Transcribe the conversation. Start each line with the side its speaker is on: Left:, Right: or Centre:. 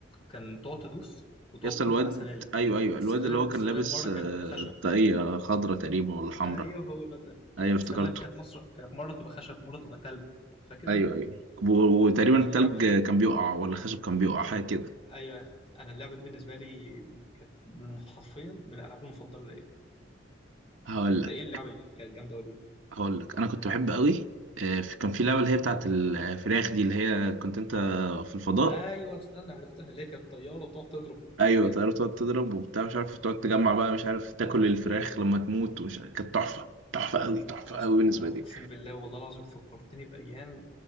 Left: كان تقعد تدوس وتقعد
Right: يس
Left: تنط
Right: الواد
Left: على سلالم
Right: ايوه ايوه
Left: السلالم
Right: الواد اللي هو
Left: السلالم
Right: كان لابس
Left: مره كانت
Right: آه،
Left: تبقى خشب
Right: طاقية خضرة تقريبا ولا حمرا
Left: ايوه هو الواد ده
Right: ايوه
Left: السلالم
Right: افتكرته
Left: كانت مصر كانت مره تبقى خشب مره تبقى تلج فاكر
Right: ايوه
Left: انت
Right: ايوه و- وتقريبا
Left: انا اللعبه
Right: التلج كان بيقع ولا الخشب كان بيقع حاجة كده
Left: ايوه انا اللعبه دي بالنسبه لي كانت من حرفيا من الالعاب المفضله ليا
Right: هقول
Left: انت
Right: لك
Left: ايه اللعبه اللي كانت جامده وليك
Right: هقول لك انا كنت بحب قوي آه، في- كان في لعبة اللي هي بتاعت الفراخ دي اللي هي كنت انت في الفضاء
Left: ايوه استنى عرفتها اللي هي كانت طياره تقعد تضرب الحاجات
Right: ايوه طيارة تقعد تضرب وبتاع مش عارف تقعد تجمع بقى مش عارف تاكل الفراخ لما تموت ومش كانت تحفة تحفة قوي تحفة
Left: اه يا
Right: قوي
Left: اسطى
Right: بالنسبة
Left: اقسم
Right: لي
Left: بالله والله العظيم فكرتني بايام